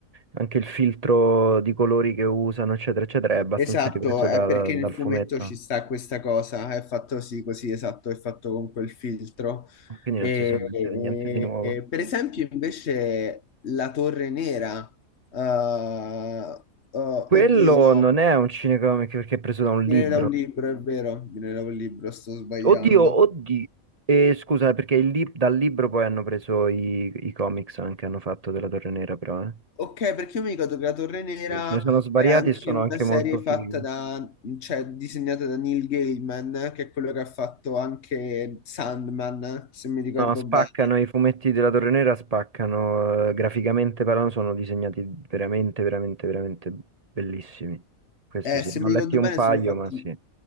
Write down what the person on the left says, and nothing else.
Esatto,
è
perché
nel
fumetto ci sta questa cosa, è fatto sì, così, esatto, è fatto con quel filtro.
E,
e-
e, per esempio, invece, la Torre Nera, eh, eh, oddio,
no.
Viene
da un libro, è vero, viene da un libro, sto sbagliando.
Ok, perché io mi ricordo che La Torre Nera
è anche
una
serie
fatta da, cioè disegnata da Neil Gaiman, che è quello che ha fatto anche Sandman, se mi ricordo
bene.
Eh,
se
mi
ricordo
bene
sono fatti